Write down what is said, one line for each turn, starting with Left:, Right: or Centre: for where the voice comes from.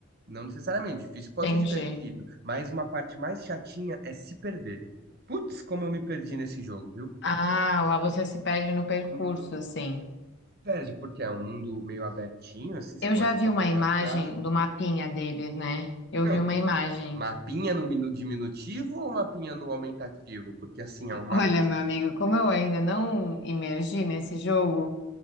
Right: Não necessariamente, difícil pode
Left: Entendi.
Right: ser divertido, mas uma parte mais chatinha é se perder. Putz, como eu me perdi nesse jogo, viu?
Left: Ah, lá você se perde no percurso,
Right: Nossa,
Left: assim.
Right: não. Se perde, porque é um mundo meio abertinho, assim, você
Left: Eu
Right: pode
Left: já
Right: ir
Left: vi
Right: pra qualquer
Left: uma imagem
Right: lugar.
Left: do mapinha deles, né? Eu
Right: Não,
Left: vi uma imagem.
Right: mapinha no minu- diminutivo ou mapinha no aumentativo? Porque assim, é um mapa.
Left: Olha, meu amigo, como eu ainda não imergi nesse jogo,